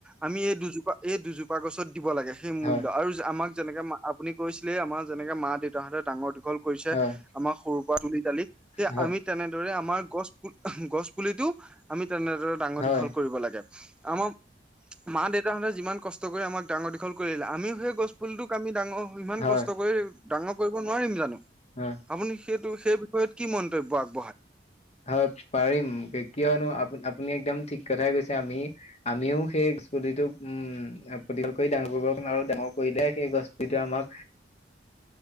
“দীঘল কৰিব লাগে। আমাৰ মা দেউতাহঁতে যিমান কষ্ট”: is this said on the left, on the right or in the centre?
Centre